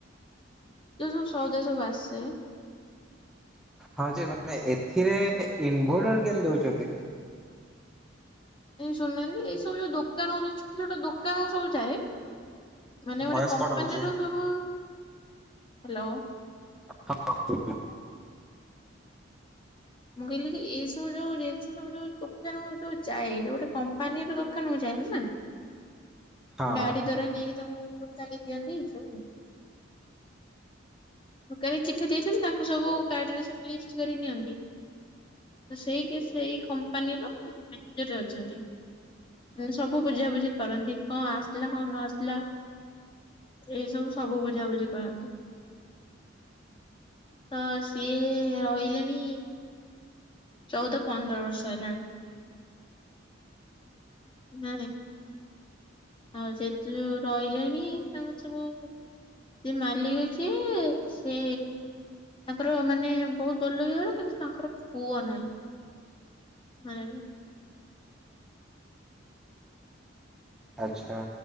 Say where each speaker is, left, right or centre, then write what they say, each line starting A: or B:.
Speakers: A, on the left; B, in the centre.
A: ଯୋଉ ସବୁ ସଉଦା ସବୁ ଆସେ।
B: ହଁ ଯେ ମାନେ ଏଥିରେ ଇନଭଟର କେମିତି ଦଉଚନ୍ତି?
A: ଏ ଶୁଣନାହାନ୍ତି ଏଇ ସବୁ ଯୋଉ ଦୋକାନ ହଉଚୁ ଛୋଟ ଛୋଟ ଦୋକାନ ଆମେ ସବୁ ଯାଏ। ମାନେ ଗୋଟେ
B: ଭଏସ
A: କମ୍ପାନୀର
B: କଟ ହଉଛି।
A: ସବୁ ହାଲୋ
B: <inaudible>
A: ମୁଁ କହିଲି କି ଯେ ଏଇ ସବୁ ଯୋଉ ଜିନିଷ ସବୁ ଯୋଉ ଦୋକାନରୁ ଯୋଉ ଯାଏ। ଯୋଉଟା କମ୍ପାନୀର ଦୋ ଦୋକାନ କୁ ଯା ନା
B: ହଁ
A: ଗାଡି ଦ୍ଵାରା ନେଇକି ତାଙ୍କୁ ଦୋକାଲି ଦିଅନ୍ତି ସବୁ। ଦୋକାନୀ ଚିଠି ଦେଇଛନ୍ତି ତାଙ୍କୁ ସବୁ କାର୍ଡ ରେ ସବୁ ଲିଷ୍ଟ କରି ନିଅନ୍ତି। ତ ସେଇ କିି ସେଇ କମ୍ପାନୀର ମ୍ୟାନେଜର୍ ରେ ଅଛନ୍ତି। ରେ ସବୁ ବୁଝାାବୁଝି କରନ୍ତି କଣ ଆସିଲା କଣ ନ ଆସିଲା। ଏଇ ସବୁ ସବୁ ବୁଝାବୁଝି କରନ୍ତି। ତ ସିଏ ରହିଲେଣି ଚଉଦ ପନ୍ଦର ବର୍ଷ ହେଲାଣି। ନାଇ ଆଉ ଯେତେ ଯୋଉ ରହିଲେଣି ତାଙ୍କର ସବୁ ସେ ମାଲିକ ଯିଏ ସେ ତାଙ୍କର ମାନେ ବହୁତ ବଡ଼ ଲୋକି ଘର କିନ୍ତୁ ତାଙ୍କର ପୁଅ ନାହିଁ। <unintelligible>
B: ଆଚ୍ଛା।